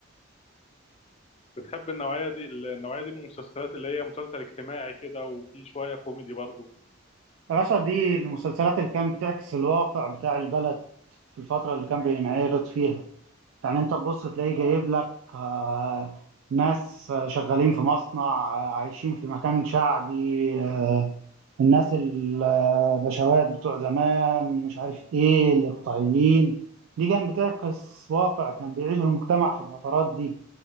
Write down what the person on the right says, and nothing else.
يا باشا دي المسلسلات اللي كانت بتعكس الواقع بتاع البلد في الفترة اللي كان بينعرض فيها يعني انت تبص تلاقيه
جايب لك آه، ناس شغالين في مصنع آه، عايشين في مكان شعبي آه، الناس البشوات بتوع زمان مش عارف ايه الاقطاعيين دي كانت بتعكس واقع كان بيعيشه المجتمع في الفترات دي